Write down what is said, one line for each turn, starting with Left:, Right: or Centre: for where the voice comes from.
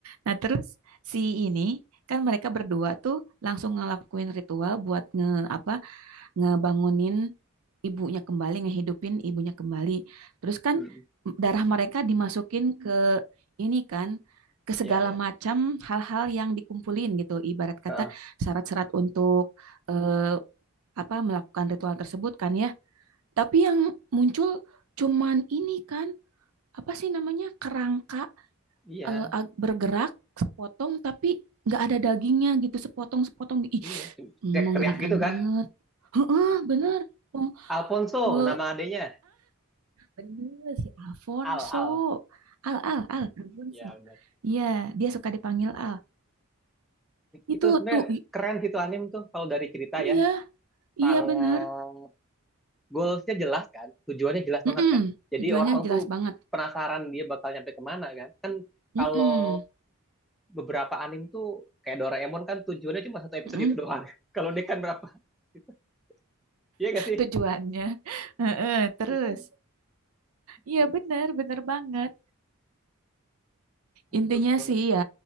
Right: Nah, terus si ini kan mereka berdua tuh langsung ngelakuin ritual buat nge apa ngebangunin ibunya kembali ngehidupin ibunya kembali terus kan
Centre: Mm,
Right: darah mereka dimasukin ke ini kan ke segala
Centre: Iya, iya.
Right: macam hal-hal yang dikumpulin gitu ibarat kata
Centre: Heeh,
Right: syarat-syarat untuk eh, apa melakukan ritual tersebut kan ya tapi yang muncul cuman ini kan apa sih namanya kerangka
Centre: Iya,
Right: eh, ag- bergerak sepotong tapi nggak ada dagingnya gitu sepotong-sepotong Ih,
Centre: iya. Cuma Teriak-teriak
Right: mengerikan
Centre: gitu
Right: banget
Centre: kan.
Right: Heeh, bener Pong-
Centre: Alfonso
Right: eh,
Centre: nama adanya.
Right: Bener si Alfonso.
Centre: Al, Al.
Right: Al Al Al Alfonso.
Centre: Iya, benar.
Right: Iya, dia suka dipanggil Al. Itu
Centre: Itu sebenarnya
Right: tuh i-
Centre: keren gitu anim tuh kalau dari cerita
Right: iya,
Centre: ya. Sangat
Right: iya bener.
Centre: goalsnya jelas kan, tujuannya jelas banget
Right: Mm-mm.
Centre: kan. Jadi
Right: Tujuannya
Centre: orang
Right: jelas
Centre: tuh
Right: banget.
Centre: penasaran dia bakal nyampe kemana kan. Kan
Right: Mm-mm.
Centre: kalau beberapa anime tuh kayak Doraemon kan tujuannya cuma satu episode
Right: Mm-mm.
Centre: itu doang. <laughs> Kalau dia kan berapa? Gitu. Iya gak sih?
Right: Tujuannya. <laughs> Heeh, Terus.
Centre: Iya kan?
Right: Iya
Centre: Tuh,
Right: bener, bener banget.
Centre: Jadi
Right: Intinya
Centre: bagus banget.
Right: sih ya,